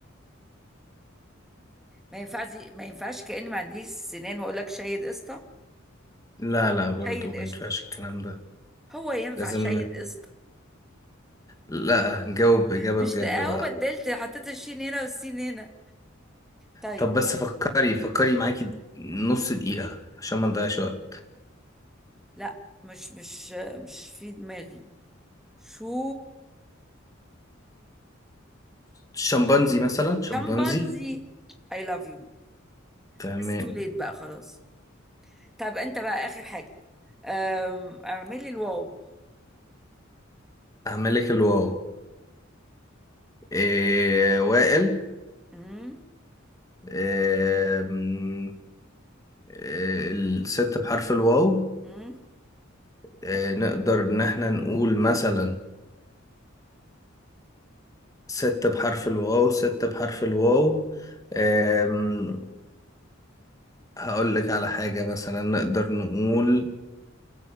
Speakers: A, in the centre; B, on the left (about 15°).
A: ما ينفعش ما ينفعش كأني ما عنديش سنان وأقول لك شيد قشطة
B: لا لا برضو
A: شيد
B: ما
A: قشطة
B: ينفعش الكلام ده
A: هو ينفع
B: لازم
A: شيد
B: ن...
A: قشطة
B: لا نجاوب إجابة
A: مش
B: بجد
A: لاقيه
B: بقى
A: هو بدلت حطيت الشين هنا والسين هنا طيب
B: طب بس فكري فكري معاكي نص دقيقة عشان ما نضيعش وقت
A: لا مش مش مش في دماغي شو
B: شمبانزي مثلا شمبانزي
A: شمبانزي I love you
B: تمام
A: بس تو ليت بقى خلاص طب انت بقى اخر حاجه أم، اعملي الواو
B: هعمل لك الواو إيه وائل
A: امم
B: إيه م- إيه الست بحرف الواو
A: امم
B: إيه نقدر إن احنا نقول مثلا ست بحرف الواو ست بحرف الواو إيه م- هقول لك على حاجة مثلا نقدر نقول